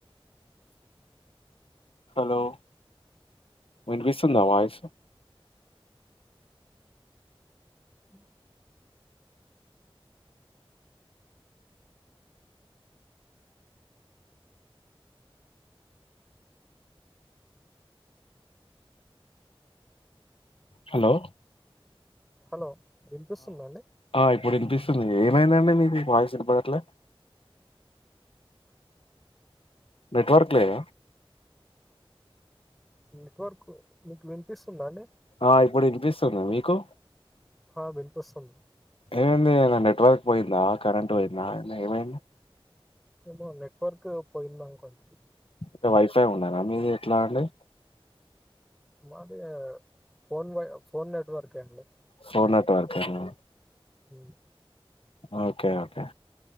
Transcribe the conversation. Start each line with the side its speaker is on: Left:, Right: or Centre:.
Left: hello విపిస్తుంద వాయిస్
Centre: <inaudible>
Left: హలో
Centre: హలో వినిపిస్తుందా అండి
Left: ఆ ఇప్పుడూ వినిపిస్తుంది ఏమైందండి మీది వాయిస్ వినపడట్ల నెట్వర్క్ లేద
Centre: నెట్వర్క్ నీకు వినిపిస్తుందాండి
Left: ఆ ఇప్పుడు వినిపిస్తుంది మీకు
Centre: హా వినిపిస్తుంది
Left: ఏమైంది ఏదన్న నెట్వర్క్ పోయిందా కరెంట్ పోయిందా ఏమైంది.
Centre: ఏమో నెట్వర్క్ పోయింది అనుకోండి.
Left: ద వైఫై ఉండధ మీది ఎట్లా అండి.
Centre: మాది ఫోన్ వై ఫోన్ నెట్వర్క్ అండి
Left: ఫోన్ నెట్వర్కేనా
Centre: హ్
Left: ఓకే ఓకే